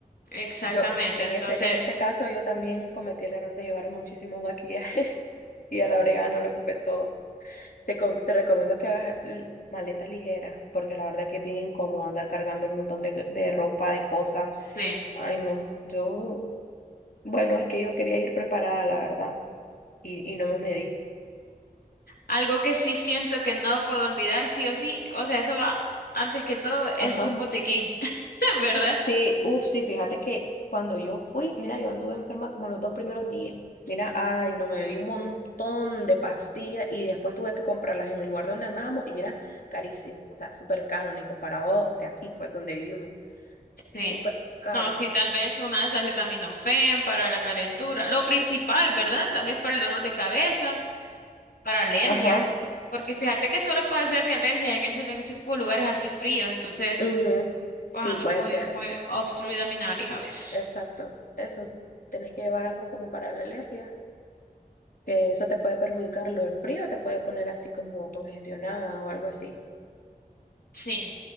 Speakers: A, on the left (about 85°); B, on the left (about 65°).
A: Exactamente,
B: Yo, en
A: entonces,
B: ese, en ese caso, yo también cometí el error de llevar muchísimo maquillaje <laughs> y a la hora no lo ocupé todo. Te, com- te recomiendo que hagas l- maletas ligeras, porque la verdad que es bien incómodo andar cargando un montón de, de ropa, de cosas.
A: sí.
B: Ay, no, yo, bueno, es que yo quería ir preparada, la verdad, y, y no me medí.
A: Algo que sí siento que no puedo olvidar, sí o sí, o sea, eso va, antes que todo, es
B: Ajá.
A: un botiquín, <laughs> ¿verdad?
B: Sí, uff, sí, fíjate que cuando yo fui, mira, yo anduve enferma como los dos primeros días. Mira, ay, no, me bebí un montón de pastillas y después tuve que comprarlas en el lugar donde andábamos y mira, carísimo, o sea, súper caro, ni comparado de aquí, pues, donde vivimos,
A: Sí.
B: súper caro.
A: No, sí, tal vez una de esas acetaminofén para la calentura, lo principal, ¿verdad? Tal vez para el dolor de cabeza. para alergias,
B: Ajá.
A: porque fíjate que suelo padecer de alergias en ese, en ese tipo de lugares así fríos, entonces
B: Ujú.
A: pues
B: Sí,
A: ando
B: puede
A: muy,
B: ser,
A: muy obstruida mi nariz a veces.
B: exacto. Eso, tenés que llevar algo como para la alergia, que eso te puede perjudicar, lo del frío te puede poner así como congestionada o algo así.
A: Sí.